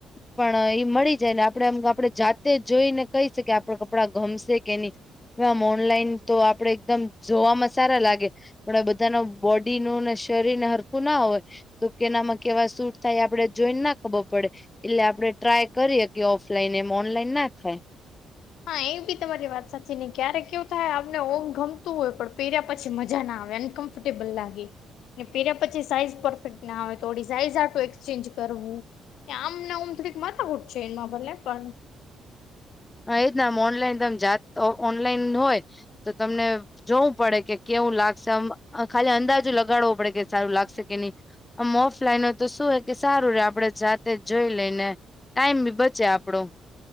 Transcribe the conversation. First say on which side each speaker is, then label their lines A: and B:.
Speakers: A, on the left (about 20°); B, on the left (about 80°).
A: પણ એ મળી જાય ને આપડે એમ આપણે જાતે જોઈને કઈ શકી આપણા કપડાં ગમશે કે ની આમ ઓનલાઈન તો આપડે એકદમ જોવામાં સારા લાગે પણ બધા ન બોડી નું ને શરીર ને હરખું ના હોય તો કેનામાં કેવા સૂટ થાય આપડે જોઈને ના ખબર પડે એટલે આપડે ટ્રાય કરીએ કે ઓફલાઈન એમ ઓનલાઈન ના થાય
B: હા એ બી તમારી વાત સાચી ને ક્યારે કેવું થાય આપને ઓમ ગમતું હોય પણ પહેર્યા પછી મજા ના આવે અન્ક ફર્ટેબલ લાગે. ને પેર્યા પછી સાઈઝ પરફેક્ટના આવે થોડી સાઈઝ આખૂ એક્સચેન્જ કરવું એ આમને ઉમ તો કઈક માથકૂટ છે, એમાં ભલે પણ
A: હા એજ ના આમ ઓનલાઈન તમ જાત ઓનલાઈન હોય તો તમને જોવું પડે કે કેવું લાગશે અમ ખાલી અંદાજો લગાડવો પડે કે સારું લાગશે કે ની ઓમ ઓફલાઈન હોય તો શું હે કે સારું રે આપડે જાતે જોઈ લઈને ટાઈમ બી બચે આપડો